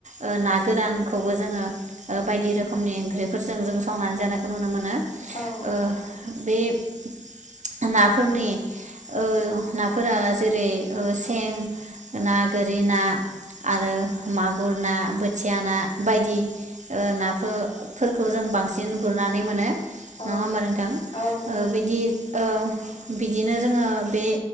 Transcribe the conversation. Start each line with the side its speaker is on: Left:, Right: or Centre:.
Right: ओ ना गोरानखौ खौबो जोङो बायदि रोखोमनि ओंख्रिफोरजों जों संनानै जानायखौ नुनो मोनो।
Left: औ
Right: ओ बे <inaudible> नाफोरनि औ नाफोरा जेरै ओ सें ना गोरि ना आरो मागुर ना बोथिया ना बायदि ओ नाफो-फोरखौ जों बांसिन गुरनानै मोनो। नङा
Left: औ
Right: होमबा नोंथां
Left: औ नंगौ
Right: ओ
Left: नोंथां
Right: बिदि ओ बिदिनो जोङो बे